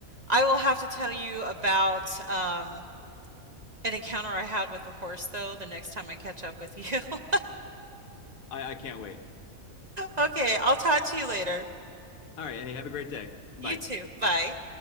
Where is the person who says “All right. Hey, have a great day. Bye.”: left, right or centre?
Left